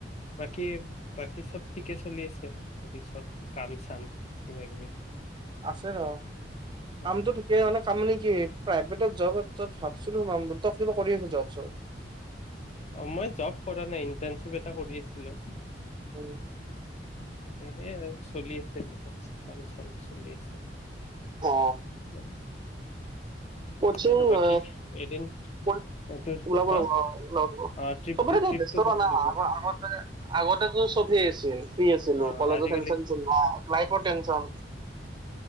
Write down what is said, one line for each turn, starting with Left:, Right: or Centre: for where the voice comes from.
Left: বাকী, বাকী চব ঠিকে চলি আছে, বাকী চব কাম চাম কিবা কিবি?
Right: আছে ৰ, কামটো
Left: অ
Right: ঠিকে মানে কাম নে কি, প্ৰাইভেটত জব ত ভাবছিলো ম, মোৰ তাত কিন্ত আছে জব চব।
Left: অ মই জব কৰা নাই, ইণ্টাৰ্ণশ্বিপ এটা কৰি আছিলো।
Right: উম।
Left: তাকে হে আৰু চলি আছো এনেকে। কাম চাম চলি আছে।
Right: অ
Left: <unintelligible>
Right: কচিং
Left: আৰু বাকী
Right: অ,
Left: এদিন
Right: কৰি
Left: এইটো
Right: ওলাব
Left: হা
Right: ৰ'বা, অ ওলাব।
Left: অ ট্ৰিপটো
Right: চবৰে খালি
Left: ট্ৰিপটো
Right: ব্যস্ততা
Left: কৰিব
Right: ৰ না,
Left: লাগিব
Right: আগ আগতে আগতেতো চব হে আছিল। ফ্ৰী আছিলো,
Left: অ
Right: কলেজৰ
Left: আজিকালি
Right: টেনচন ছিল না লাইফ টেনচন।